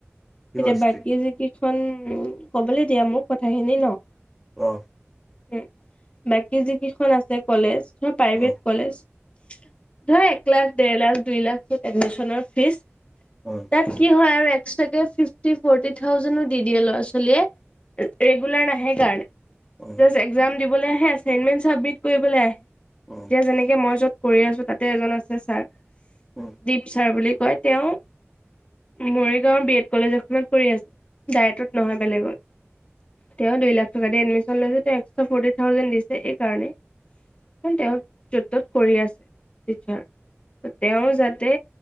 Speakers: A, in the centre; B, on the left (about 25°).
A: কিহৰ
B: তেতিয়াবাকি
A: ষ্ট্ৰীট
B: যে কি কবলৈ দিয়া মোক কথাখিনি ন
A: অহ
B: উম বাকী যি কেইখন আছে কলেজ প্ৰাইভেট
A: অ
B: কলেজঢ় ধৰা এক লাখ দেৰ লাখ দুই লাখত এডমিচনৰ ফিজ তাত
A: অ
B: কি হয় আৰু ইষ্ট গেফ্ ফিফটি ফৰ্টি থাউজেনো দি দিয়ে ল'ৰা ছোৱালীয়ে ৰেগুলাৰ নাহে কাৰণে তাপাছ
A: অ
B: ইজাদিব মেইণ চাবমিট কৰিবলৈ আহে
A: অ
B: এতিয়া যেনেকে মই যত‌ কৰি আছো তাতে এজন আছে ছাৰ
A: তুমি
B: দ্বীপচাৰ বুলি কয় তেওঁ মৰিগাঁওৰ বি এট কলেজ এখনত কৰি আছে ডায়তত নহয় বেলেগত তেওঁ দুই লাখ এডমিচন লৈছে তেওঁ একস্ত্ৰা ফৰ্টি থাউজেণ্ড দিছে এই কাৰণে কাৰ তেওঁ য'ত ত'ত কৰি আছে টিচাৰ তেওঁ যাতে